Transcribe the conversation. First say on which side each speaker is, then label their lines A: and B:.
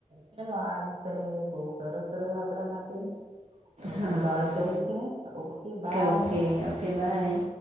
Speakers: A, on the right; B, on the right.
A: ચલો આ વિષય બહુ સરસ રહ્યો આપડા માટે. હવે
B: હા.
A: મારે બાર જવું છે, okay by.
B: Okay.
A: <inaudible>
B: Okay, by.